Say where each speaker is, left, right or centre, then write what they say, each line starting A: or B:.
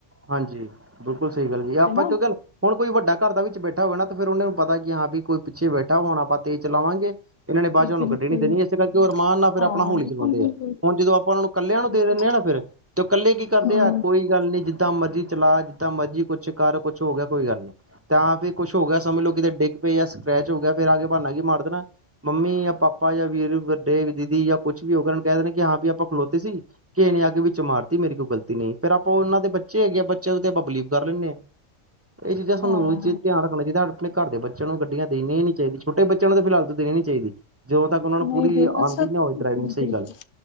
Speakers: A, on the right; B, on the left.
A: ਹਾਂਜੀ ਬਿਲਕੁਲ ਸਹੀ ਗੱਲ ਕਈ, ਆਪਾਂ
B: ਹਨਾ
A: ਕਿਉਂ ਗੱਲ ਹੁਣ ਕੋਈ ਵੱਡਾ ਘਰ ਦਾ ਵਿੱਚ ਬੈਠਾ ਹੋਵੇ ਨਾ ਤੇ ਫਿਰ ਉਹਨਾਂ ਨੂੰ ਪਤਾ ਕਿ ਹਾਂ ਵੀ ਕੋਈ ਪਿੱਛੇ ਬੈਠਾ, ਹੁਣ ਆਪਾਂ ਤੇਜ਼ ਚਲਾਵਾਂਗੇ ਇਹਨਾਂ ਨੇ ਬਾਚੋ
B: ਤੇ
A: ਸਾਨੂੰ
B: ਬਿਲਕੁਲ
A: ਗੱਡੀ ਨੀ ਦੇਣੀ ਇਸੇ ਕਰਕੇ ਉਹ ਅਰਮਾਨ ਨਾਲ ਫਿਰ
B: ਹਾਂ
A: ਆਪਣਾ ਹੋਲੀ
B: ਬਿਲਕੁਲ
A: ਚਲਾਉਂਦੇ
B: ਬਿਲਕੁਲ
A: ਆ ਹੁਣ ਜਦੋਂ ਆਪਾਂ ਉਹਨਾਂ ਨੂੰ ਕੱਲਿਆਂ ਨੂੰ
B: ਬਿਲਕੁਲ
A: ਦੇ ਦਿੰਦੇ ਹਾਂ ਨਾ ਫ਼ਿਰ ਤੇ ਕੱਲੇ ਕੀ ਕਰਦੇ
B: ਹਮ
A: ਆ ਕੋਈ ਕੋ ਗੱਲ ਨੀ ਜਿੱਦਾਂ ਮਰਜ਼ੀ ਚਲਾ, ਜਿੱਦਾਂ ਮਰਜ਼ੀ ਕੁਛ ਕਰ ਕੁਛ ਹੋ ਗਿਆ ਕੋਈ ਗੱਲ ਨੀ ਤਾਂ ਫੇਰ ਕੁਛ ਹੋ ਗਿਆ ਸਮਝ ਲਓ ਕਿਤੇ ਡਿੱਗ ਪਏ ਯਾ ਸਕਰੈਚ ਹੋ ਗਿਆ ਫਿਰਰ ਆ ਕੇ ਬਾਨਾ ਕੀ ਮਾਰ ਦੇਣਾ ਮੰਮੀ ਯਾ ਪਾਪਾ ਯਾ ਵੀਰ ਵੱਡੇ ਦੀਦੀ ਜਾਂ ਕੁੱਛ ਵੀ ਹੋ ਗਿਆ ਉਹ ਕਹਿ ਦੇਿੰਦੇ ਕਿ ਹਾਂ ਵੀ ਆਪਾਂ ਖਲੋਤੇ ਸੀ ਕਿ ਨੀ ਆ ਕੇ ਵਿੱਚ ਮਾਰਤੀ ਮੇਰੀ ਕੋਈ ਗਲਤੀ ਨਹੀਂ ਫੇਰ ਆਪਾਂ ਉਹਨਾਂ ਦੇ ਬੱਚੇ ਬੱਚੇ ਹੈਗੇ ਆ ਬੱਚੇ ਉਹ ਤੇ ਆਪਾਂ ਬਿਲੀਵ ਕਰ ਲੈਂਨੇ ਹਾਂ ਇਹ ਚੀਜ਼ਾਂ ਤੁਾਨੂੰ
B: ਹਾਂ
A: ਰੋਜ਼ ਧਿਆਨ ਰੱਖਣਾ ਚਾਹੀਦਾ ਆਪਣੇ ਘਰ ਦੇ ਬੱਚਿਆਂ ਨੂੰ ਗੱਡੀਆਂ ਦੇਣੀਆਂ ਨੀ ਚਾਹੀਦੀ ਛੋਟੇ ਬੱਚਿਆਂ ਨੂੰ ਫਿਲਹਾਲ ਤੋਂ ਦੇਣੀ ਚਾਹੀਦੀ। ਜਦੋਂ ਤੱਕ ਉਹਨਾਂ ਨੂੰ
B: ਨਹੀਂ
A: ਪੂਰੀ
B: ਦੇ ਅੱਛਾ
A: ਆਂਦੀ ਨਾ ਹੋਵੇ ਡਰਾਈਵਿੰਗ ਸਹੀ
B: ਬਿਲਕੁਲ
A: ਗੱਲ